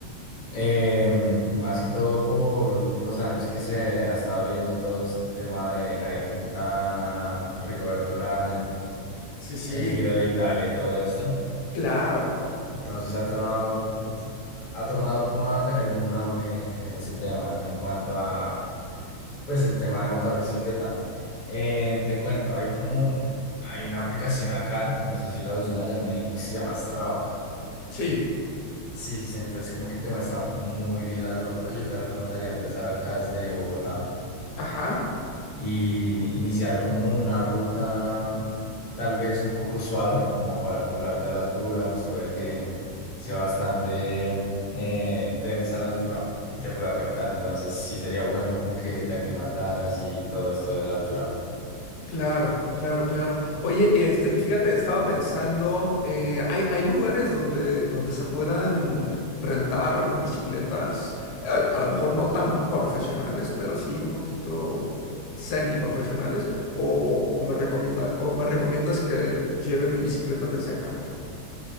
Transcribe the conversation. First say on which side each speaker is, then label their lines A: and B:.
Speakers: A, on the left (about 55°); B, on the left (about 80°).
A: Eh, más que todo por los últimos años que se ha estado viendo todo este tema de Nairo Quintana, Rigoberto Urán en
B: Sí, sí,
A: el Giro de Italia y todo esto.
B: claro,
A: Entonces ha tornado, t- ha tornado como a tener un auge ese tema en cuanto a, pues, el tema de montar bicicleta. Eh, te cuento, hay como, hay una aplicación acá, no sé si la usan allá en México, que se llama Strava.
B: sí,
A: Sí, sí, sí, entonces como que te muestra muy bien las rutas. Yo te recomendaría empezar acá desde Bogotá
B: ajá.
A: y iniciar como una ruta tal vez un poco suave, como para acoplarte a la altura, pues puede que sea bastante eh, densa la altura y te puede afectar. Entonces sí sería bueno como que te aclimataras y todo esto de la altura.
B: Claro, claro, claro. Oye, este, y fíjate, estaba pensando, eh, hay, hay lugares donde, donde se puedan rentar bicicletas, eh, a lo mejor no tan profesionales, pero sí un poquito semi profesionales, o, o- o me recomienda, o me recomiendas que lleve mi bicicleta desde acá.